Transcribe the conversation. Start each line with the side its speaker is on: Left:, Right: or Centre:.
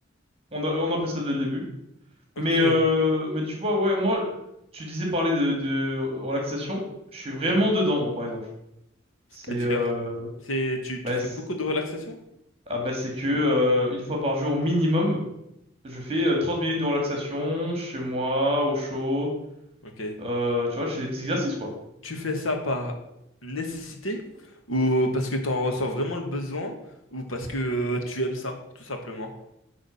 Right: on a, on a appris ça dès le début.
Left: ok.
Right: Mais, euh, mais tu vois, ouais, moi, tu disais parler de, de relaxation, je suis vraiment dedans, moi, par exemple.
Left: C'est-à-dire,
Right: C'est, euh,
Left: c'est, tu,
Right: bah,
Left: tu fais
Right: c'est
Left: beaucoup de relaxation?
Right: ah, bah, c'est que, euh, une fois par jour minimum, je fais euh, 30 minutes de relaxation chez moi, au chaud.
Left: Ok.
Right: Euh, tu vois, je fais des petits exercices, quoi.
Left: Tu fais ça par nécessité ou parce que t'en ressens vraiment le besoin ou parce que euh, tu aimes ça, tout simplement.